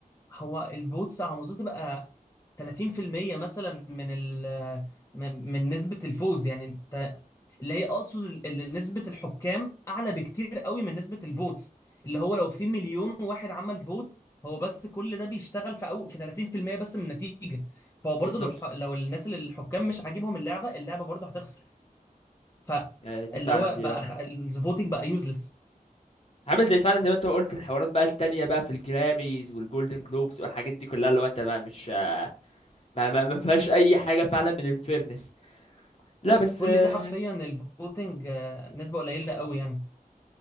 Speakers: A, on the left (about 20°); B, on the left (about 45°).
A: هو الفوتس على ما اظن تبقى 30% مثلا من ال من من نسبة الفوز يعني انت اللي هي اقصد اللي نسبة الحكام اعلى بكتير قوي من نسبة الفوتس اللي هو لو في مليون واحد عمل فوت هو بس كل ده بيشتغل في أو في 30% بس من النتيجة فهو برضه
B: بالظبط
A: لو الح- لو الناس اللي الحكام مش عاجبهم اللعبة اللعبة برضه هتخسر فاللي
B: آه، دي فعلا
A: هو
B: دي
A: بقى
B: اه
A: خ... الفوتنج بقى يوزلس
B: عامل زي فعلا زي ما انت قلت الحوارات بقى التانية بقى في الجراميز والجولدن جلوبز والحاجات دي كلها لو انت ما مش ما, ما, ما فيهاش اي حاجة فعلا من الفيرنس لا بس
A: كل
B: آه،
A: دي حرفيا الفوتنج آه، نسبة قليلة قوي يعني